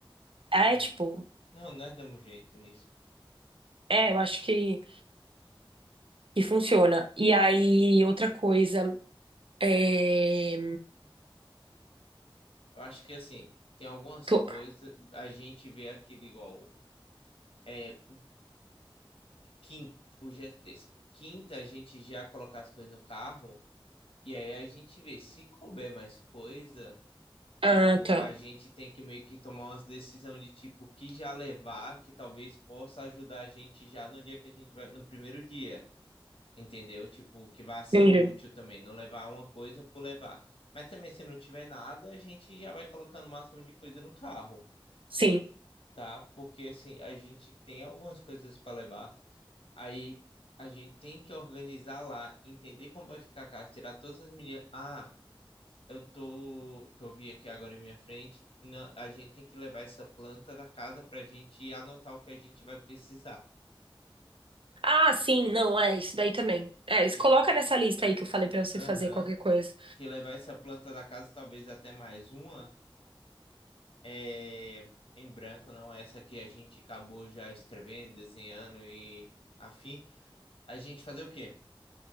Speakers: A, on the right (about 70°); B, on the left (about 80°).
A: é
B: É.
A: tipo,
B: Não, nós damos jeito nisso.
A: é, eu acho que, que funciona. E aí, outra coisa. É,
B: Eu acho que assim, tem algumas
A: Tô.
B: coisas. A gente vê aquilo igual. É, quinta. Hoje é terça. Quinta, a gente já colocar as coisas no carro. E aí a gente vê, se couber mais coisa, tipo,
A: Ah, tá.
B: a gente tem que meio que tomar umas decisões de tipo que já levar, que talvez possa ajudar a gente já no dia que a gente vai, no primeiro dia, entendeu? Tipo, que vai ser
A: Entendi.
B: útil também, não levar uma coisa por levar. Mas também se não tiver nada, a gente já vai colocando o máximo de coisa no carro,
A: Sim.
B: tá? Porque assim, a gente tem algumas coisas para levar. Aí a gente tem que organizar lá, entender como vai ficar a casa, tirar todas as medidas. Ah, eu tô, que eu vi aqui agora em minha frente, não, a gente tem que levar essa planta da casa pra gente anotar o que a gente vai precisar.
A: Ah, sim, não, é isso daí também. É, isso,
B: Que,
A: coloca nessa lista aí que eu falei pra você
B: aham,
A: fazer qualquer coisa.
B: que levar essa planta da casa, talvez até mais uma, é, em branco, não essa que a gente acabou já escrevendo, desenhando e afim. A gente fazer o quê?